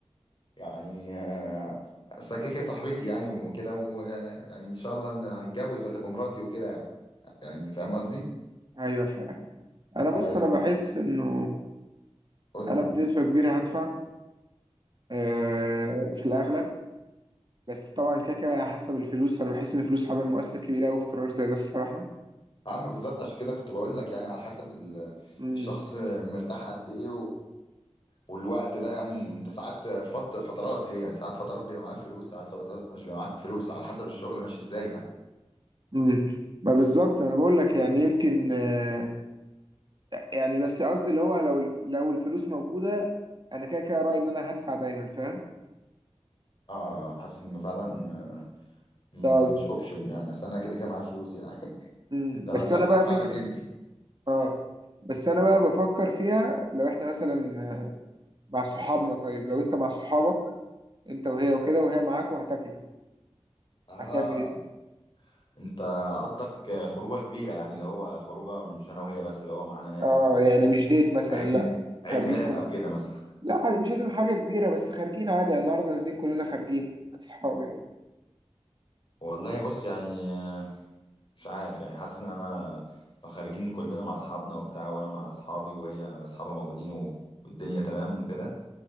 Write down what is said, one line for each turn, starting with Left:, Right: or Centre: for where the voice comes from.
Left: يعني آه، أصل كده كده صاحبتي يعني وكده ويعني ان شاء الله ان هنتجوز وهتبقى مراتي وكده يعني يعني فاهم قصدي
Right: ايوه فاهم انا بص
Left: فيعني
Right: انا
Left: ما-
Right: بحس انه
Left: قول لي
Right: انا بنسبه كبيره هدفع آه، في الاغلب بس طبعا كده كده حسب الفلوس انا بحس ان الفلوس عامل مؤثر كبير قوي في قرار زي ده الصراحه
Left: اما بالظبط عشان كده كنت بقول لك يعني على حسب ال-
Right: امم
Left: الشخص مرتاح قد ايه والوقت ده يعني انت ساعات فت... فترات هي يعني ساعات فترات بيبقى معاك فلوس ساعات فترات مش بيبقى معاك فلوس على حسب الشغل ماشي ازاي يعني
Right: امم ما بالظبط انا بقول لك يعني يمكن آه، يعني بس قصدي اللي هو لو لو الفلوس موجودة انا كده كده رأيي ان انا هدفع دايما فاهم
Left: اه حاسس انه فعلا آه، م-
Right: ده قصدي
Left: مش اوبشن يعني بس انا كده كده معايا فلوس يعني <laughs>
Right: أمم،
Left: ده
Right: بس
Left: انا ادفع
Right: انا بقى
Left: ادفع
Right: فكرة
Left: لك انت
Right: اه بس انا بقى بفكر فيها لو احنا مثلا آه، مع صحابنا طيب لو انت مع صحابك انت وهي وكده وهي معاك وهتاكلوا
Left: اه
Right: هتعمل ايه
Left: انت قصدك خروجه كبيره يعني اللي هو خروجه مش انا وهي بس اللي هو معانا ناس
Right: اه يعني مش ديت مثلا
Left: وعيد
Right: لا
Left: عيد
Right: خارجين
Left: ميلاد
Right: كلنا
Left: او كده مثلا
Right: لا عادي، مش لازم حاجة كبيرة بس خارجين عادي يعني النهاردة نازلين كلنا خارجين كصحاب يعني
Left: والله بص يعني مش عارف يعني حاسس ان انا لو خارجين كلنا مع اصحابنا وبتاع وانا مع اصحابي وهي اصحابها موجودين و... والدنيا تمام وكده